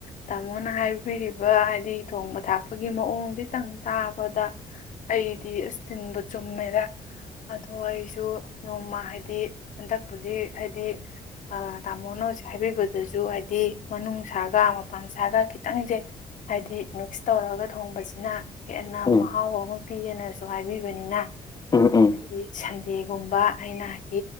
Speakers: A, on the left; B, on the left.
A: ꯇꯥꯃꯣꯅ ꯍꯥꯏꯕꯤꯔꯤꯕ ꯍꯥꯏꯗꯤ ꯊꯣꯡꯕ ꯊꯥꯛꯄꯒꯤ ꯃꯑꯣꯡꯁꯇꯪ ꯇꯥꯕꯗ ꯑꯩꯗꯤ ꯑꯁꯇꯤꯟꯕ ꯆꯨꯝꯃꯦꯔ ꯑꯗꯣ ꯑꯩꯁꯨ ꯅꯣꯡꯃ ꯍꯥꯏꯗꯤ ꯍꯟꯗꯛꯄꯨꯗꯤ ꯍꯥꯏꯗꯤ ꯑ ꯇ ꯃꯣꯅ ꯍꯥꯏꯕꯤꯕꯗꯁꯨ ꯍꯥꯏꯗꯤ ꯃꯅꯨꯡ ꯁꯥꯒ ꯃꯄꯥꯟ ꯁꯥꯒ ꯈꯤꯇꯪꯁꯦ ꯍꯥꯏꯗꯤ ꯃꯤꯛꯁ ꯇꯧꯔꯒ ꯊꯣꯡꯕꯁꯤꯅ ꯍꯦꯟꯅ
B: ꯎꯝ
A: ꯃꯍꯥꯎ ꯑꯃ ꯄꯤꯒꯦꯅꯁꯨ ꯍꯥꯏꯕꯤꯕꯅꯤꯅ
B: ꯎꯝ ꯎꯝ
A: ꯍꯥꯏꯗꯤ ꯁꯟꯗꯦꯒꯨꯝꯕ ꯑꯩꯅ ꯍꯥꯏꯗꯤ